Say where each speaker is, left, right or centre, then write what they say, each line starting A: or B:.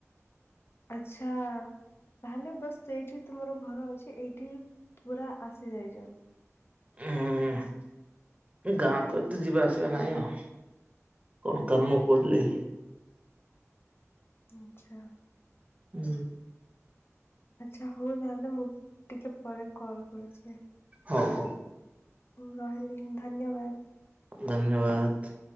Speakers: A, on the left; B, on the right.
A: ଆଚ୍ଛା-ଆ। ତାହେଲେ ବସ ସେଇଠି ତୁମର ଘର ଅଛି ଏଇଠି ପୁରା ଆସିଯାଇଚ।
B: ଉଁ-ଉ। ଗାଁକୁ ଏତେ ଯିବା ଆସିବା ନାଇଁ ଆଉ କଣ କାମ ପଡ଼ିଲେ ହିଁ
A: ଆଚ୍ଛା।
B: ହୁଁ।
A: ଆଚ୍ଛା ହୋଉ ତାହେଲେ ମୁଁ ଟିକେ ପରେ କଲ୍ କରୁଛି।
B: ହୋଉ ହୋଉ।
A: ଉ ରହିଲି ହିଁ ଧନ୍ୟବାଦ।
B: ଧନ୍ୟବାଦ୍।